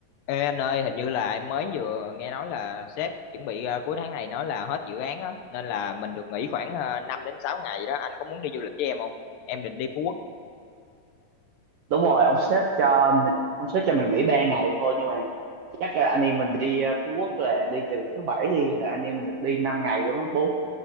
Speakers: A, on the left; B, on the right.
A: Ê anh ơi, hình như là em mới vừa nghe nói là sếp chuẩn bị à, cuối tháng này nói là hết dự án á, nên là mình được nghỉ khoảng à, 5 đến 6 ngày đó. Anh có muốn đi du lịch với em không? Em định đi Phú Quốc.
B: đúng rồi ông sếp cho mình ông sếp cho mình nghỉ ba ngày thôi nhưng mà chắc là anh em mình đi ờ, Phú Quốc là đi từ thứ bảy đi là anh em mình được đi năm ngày luôn á bốn